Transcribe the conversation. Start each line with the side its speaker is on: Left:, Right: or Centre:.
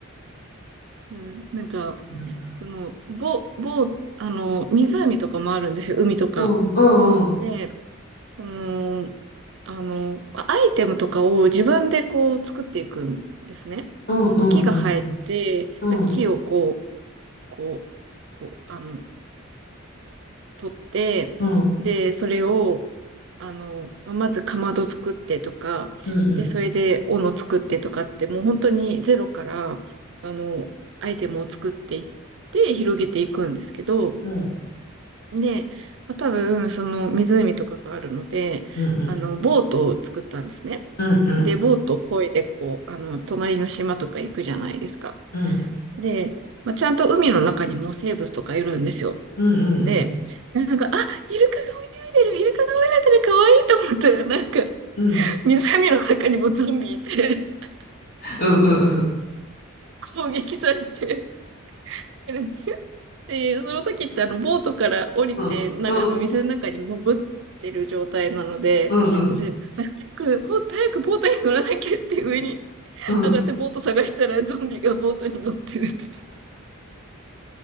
Right: うん。なんか、
Left: なんだ。
Right: その、ぼ、ぼ、あの、湖とかもあるんですよ、海とか。
Left: うんうんうん
Right: で、その、あの、アイテムとかを自分でこう作っていくんですね。
Left: うんうんうん
Right: 木が生えてて、
Left: うん
Right: 木をこう、こう、こう、あの、取って、
Left: うん
Right: で、それを、あの、まずかまど作ってとか、
Left: うんうん
Right: で、それで斧作ってとかって、もう本当にゼロから、あの、アイテムを作っていって、広げていくんですけど、
Left: うん
Right: で、まあ、多分、その湖とかがあるので、
Left: うんうん
Right: あの、ボートを作ったんですね。
Left: うんうん
Right: で、ボートを漕いで、こう、あの、隣の島とか行くじゃないですか。
Left: うんうん
Right: で、まあ、ちゃんと海の中にも生物とかいるんですよ。
Left: うんうん。
Right: で、なんか、あ、イルカが泳いでる、イルカが泳いでる、かわいいと思ったら、なんか、
Left: うん。
Right: 湖の中にもゾンビいて、<laughs>
Left: うんうん
Right: 攻撃されて、<laughs> で、その時ってあの、ボートから降りて、
Left: うんうん
Right: なんかあの、水の中に潜ってる状態なので、
Left: うんうん
Right: 私、早く、ほんと早くボートに乗らなきゃって上に
Left: うんうん
Right: 上がってボート探したらゾンビがボートに乗ってるって言って。